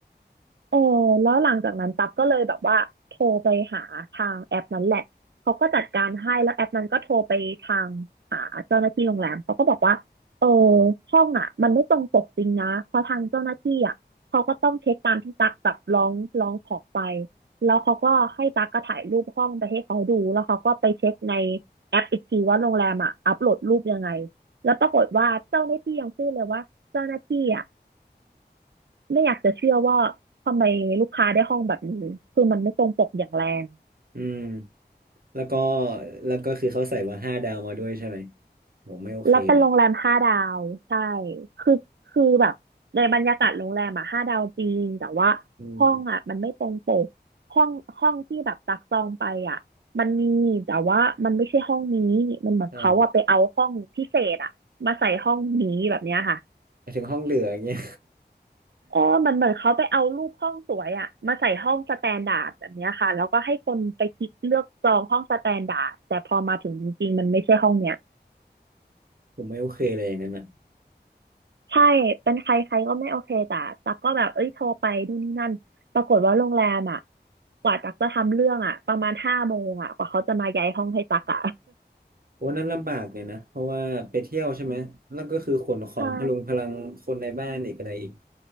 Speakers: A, on the right; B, on the right.
A: เออแล้วหลังจากนั้นตั๊กก็เลยแบบว่าโทรไปหาทางแอปนั้นแหละเขาก็จัดการให้แล้วแอปนั้นก็โทรไปทางหาเจ้าหน้าที่โรงแรมเขาก็บอกว่าเออห้องอ่ะมันไม่ตรงปกจริงนะเพราะทางเจ้าหน้าที่อ่ะเขาก็ต้องเช็คตามที่ตั๊กแบบร้องร้องขอไปแล้วเขาก็ให้ตั๊กก็ถ่ายรูปห้องไปให้เขาดูแล้วเขาก็ไปเช็คในแอปอีกทีว่าโรงแรมอ่ะอัปโหลดรูปยังไงแล้วปรากฏว่าเจ้าหน้าที่ยังพูดเลยว่าเจ้าหน้าที่อ่ะ ไม่อยากจะเชื่อว่าทำไมลูกค้าได้ห้องแบบนี้คือมันไม่ตรงปกอย่างแรง
B: อืมแล้วก็แล้วก็คือเขาใส่ว่าห้าดาวมาด้วยใช่ไหมผมไม่โอเคเลย
A: แล้วเป็นโรงแรมห้าดาวใช่คือคือแบบในบรรยากาศโรงแรมอะห้าดาวจริงแต่ว่า
B: อืม
A: ห้องอะมันไม่ตรงปกห้องห้องที่แบบตักจองไปอะมันมีแต่ว่ามันไม่ใช่ห้องนี้มันเหมือนเขาอะไปเอาห้องพิเศษอะมาใส่ห้องนี้แบบเนี้ยค่ะ
B: อ่าหมายถึงห้องเหลืออย่างเงี้ย
A: อ๋อมันเหมือนเขาไปเอารูปห้องสวยอะมาใส่ห้องสแตนดาร์ดแบบเนี้ยค่ะ แล้วก็ให้คนไปคลิกเลือกจองห้องสแตนดาร์ดแต่พอมาถึงจริงๆมันไม่ใช่ห้องเนี้ย
B: <laughs> ผมไม่โอเคเลยอย่างนั้นอ่ะ
A: ใช่ เป็นใครใครก็ไม่โอเคแต่ตักก็แบบเอ้ยโทรไปนู่นนี่นั่นปรากฏว่าโรงแรมอะกว่าตักจะทำเรื่องอะประมาณห้าโมงอะกว่าเขาจะมาย้ายห้องให้ตักอะ
B: โอ้นั่นลำบากเนี่ยนะเพราะว่าไปเที่ยวใช่ไหมแล้วก็คือขนของพลุงพลังคนในบ้านอีกอะไรอีก
A: <laughs> ใช่